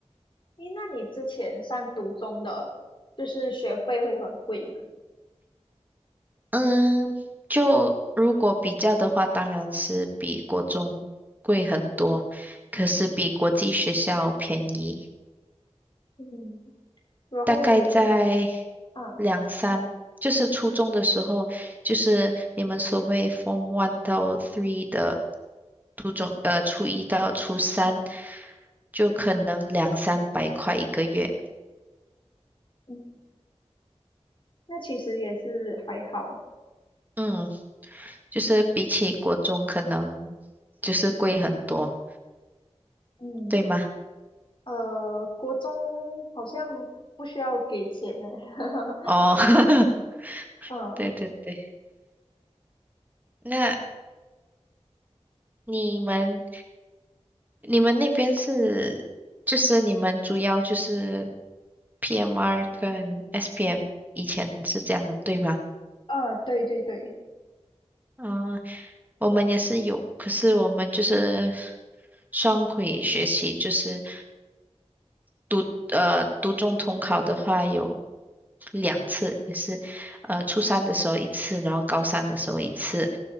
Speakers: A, on the left; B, on the right.
A: 诶，那你之前上读中的，就是学费会很贵嘛？
B: 嗯，就如果比较的话，当然是比国中贵很多，可是比国际学校便宜。
A: 嗯，然后你
B: 大概在
A: 啊，
B: 两三，就是初中的时候，就是你们所谓 Form One 到 Three 的初中，呃，初一到初三，就可能两三百块一个月。
A: 嗯，那其实也是还好，
B: 嗯，就是比起国中可能就是贵很多，
A: 嗯。
B: 对吗？
A: 呃，国中好像不需要给钱呢。<laughs>
B: 哦，<laughs>
A: 嗯
B: 对对对，那你们你们那边是，就是你们主要就是 PMR 跟 SPM，以前是这样的，对吗？
A: 嗯，对对对，
B: 啊、我们也是有，可是我们就是双轨学习，就是读呃读中统考的话有两次，也是呃初三的时候一次，然后高三的时候一次，